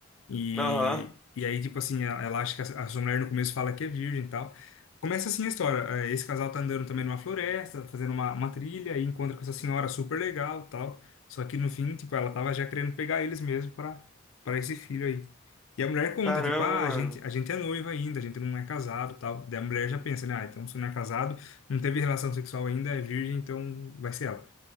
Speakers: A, on the left; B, in the centre.
A: E,
B: Aham.
A: e aí, tipo assim, a- ela acha que a, a sua mulher no começo fala que é virgem e tal. Começa assim a história. eh, Esse casal tá andando também numa floresta, fazendo uma, uma trilha, e encontra com essa senhora super legal e tal. Só que no fim, tipo, ela tava já querendo pegar eles mesmo pra para esse filho aí. E a mulher conta,
B: Caramba,
A: tipo, ah,
B: mano.
A: a gente, a gente é noiva ainda, a gente não é casado e tal. Daí a mulher já pensa, né? Ah, então se não é casado, não teve relação sexual ainda, é virgem, então vai ser ela.